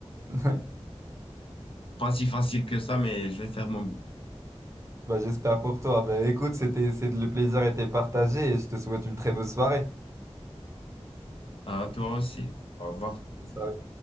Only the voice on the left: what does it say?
Pas si facile que ça, mais je vais faire mon mieux.
À toi aussi. Au revoir.